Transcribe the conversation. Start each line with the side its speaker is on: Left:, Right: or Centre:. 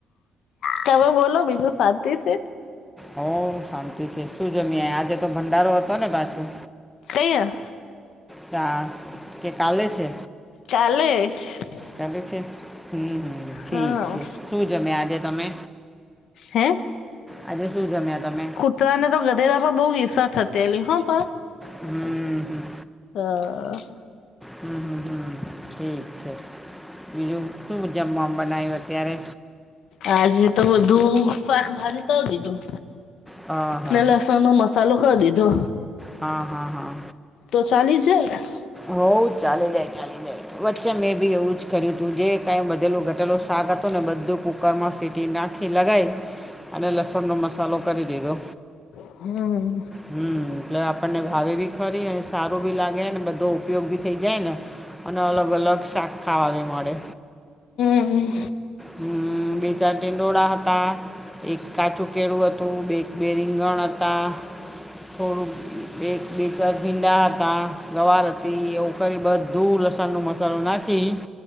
Left: તમે બોલો બીજું શાંતિ છે.
Centre: હોવ શાંતિ છે શું જમી્યા આજે તો ભંડારો હતો ને પાછું.
Left: ક્યાં.
Centre: ત્યાં કે કાલે છે.
Left: ચાલીસ.
Centre: ચાલે છે હમ હ. ઠીક
Left: હા
Centre: છે શું જમ્યા આજે તમે.
Left: હે
Centre: આજે શું જમ્યા તમે.
Left: કૂતરાને તો ગધેરા પર બહુ ઇર્ષા થતી એલી હં પ.
Centre: હમ હ.
Left: હા હ.
Centre: હમ હ હમ ઠીક છે બીજું શું જમવામાં બનાયું અત્યારે.
Left: આજે તો બધું શાકભાજી તો દીધું
Centre: હા હા
Left: ને લસ. સણનો મસાલો ક દીધો.
Centre: હા હા હા
Left: તો ચાલી જાય ને
Centre: હોઉ ચાલી જાય ચાલી જાય વચ્ચે મેં બી એવું જ કર્યું હતું જે કાંઈ બધેલું ઘટેલું શાક હતો ને બધું કુકરમાં સીટી નાખી લગાય અને લસણનો મસાલો કરી દીધો
Left: હમ
Centre: હમ્મ એટલે આપણને ભાવિ ભી ખરી એ સારું બી લાગે ને બધું તો ઉપયોગ બી થઇ જાય ને અને અલગ અલગ શાક ખાવા બી મળે.
Left: હમ્મ.
Centre: હમ્મ બે ચાર ટિડોળા હતા. એક કાચું કેળું હતું એક બે રીંગણ હતા. થોડુંક બે બે ચાર ભીંડા હતા ગવાર હતા. તી એવું કરી બધું લસણ નો મસાલો નાખી.